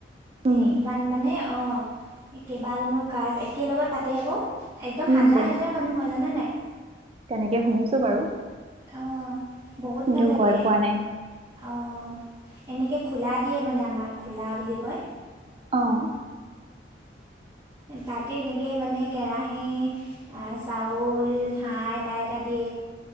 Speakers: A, on the right; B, on the right.
A: উম
B: সিমান মানে অ কেইবাজনো কাজ একেল লগত পাতে আকৌ একদম
A: উম
B: হাজাৰ
A: তেনে
B: হাজাৰ মানুহ হয় জানা নাই
A: তেনেকে শুনিছো বাৰু
B: অ বহুত
A: কিন্তু
B: ভাল লাগে
A: গৈ পোৱা নাই
B: অ এনেকে খোলা দিয়ে মানে আমাৰ খোলা বুলি কয়
A: আহ
B: তাতে এনেকেই মানে কেৰাহী চাউল হাঁহ এটা এটা দি